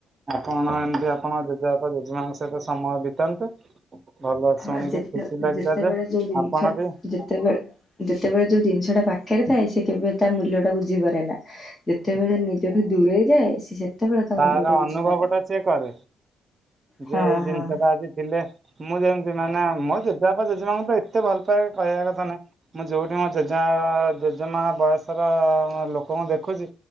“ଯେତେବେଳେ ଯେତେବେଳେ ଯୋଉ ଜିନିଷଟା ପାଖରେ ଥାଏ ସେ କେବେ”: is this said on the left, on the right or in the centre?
Left